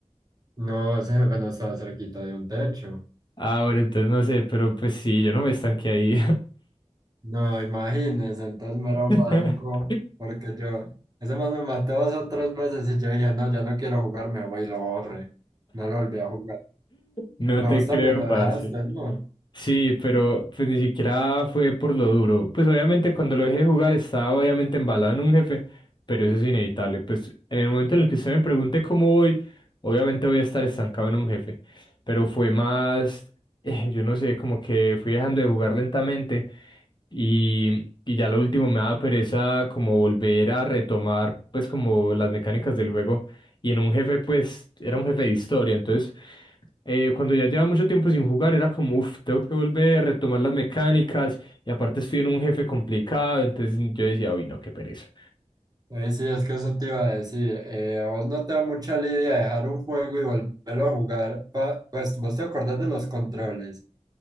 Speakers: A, on the right (about 35°); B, on the left (about 40°).
A: No, ese jefe no estaba cerquita de un techo.
B: Ah, bueno, entonces no sé, pero pues sí, yo no me estanqué ahí.
A: No, imagínese, entonces mero
B: <laughs>
A: manco, porque yo, ese más me mató dos o tres veces y yo dije, no, ya no quiero jugar, me voy y lo borré. No lo volví a jugar.
B: No
A: Pero
B: te
A: vos
B: creo,
A: también lo
B: parce.
A: dejaste, ¿no?
B: Sí, pero pues ni siquiera fue por lo duro. Pues obviamente cuando lo dejé de jugar estaba obviamente embalado en un jefe, pero eso es inevitable. Pues en el momento en el que usted me pregunte cómo voy, obviamente voy a estar estancado en un jefe. Pero fue más, eh, yo no sé, como que fui dejando de jugar lentamente y, y ya lo último me daba pereza como volver a retomar pues como las mecánicas del juego. Y en un jefe pues era un jefe de historia, entonces eh, cuando ya llevaba mucho tiempo sin jugar, era como, uff, tengo que volver a retomar las mecánicas. Y aparte estoy en un jefe complicado, entonces yo decía, uy, no, qué pereza.
A: Ahí sí, es que eso te iba a decir. Eh, a vos no te da mucha lidia dejar un juego y volverlo a jugar. pa- pues vos te acordás de los controles.